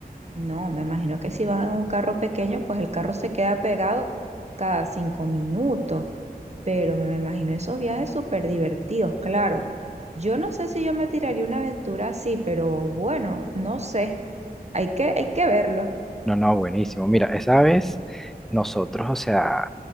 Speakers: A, on the right (about 45°); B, in the centre.
A: No, me imagino que si van en un carro pequeño, pues el carro se queda pegado cada cinco minutos, pero me imagino esos viajes súper divertidos, claro. Yo no sé si yo me tiraría una aventura así, pero bueno, no sé, hay que, hay que verlo.
B: No, no, buenísimo. Mira, esa vez nosotros, o sea,